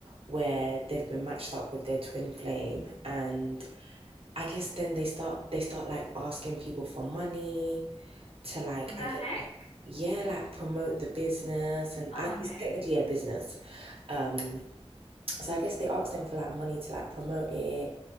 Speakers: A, on the right (about 60°); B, on the left (about 70°).
A: where they've been matched up with their twin flame and I guess then they start they start like asking people for money to like
B: The
A: I guess
B: heck?
A: like, yeah like promote the business and
B: Oh,
A: I,
B: okay,
A: it's technically
B: okay.
A: a business um so I guess they ask them for like money to like promote it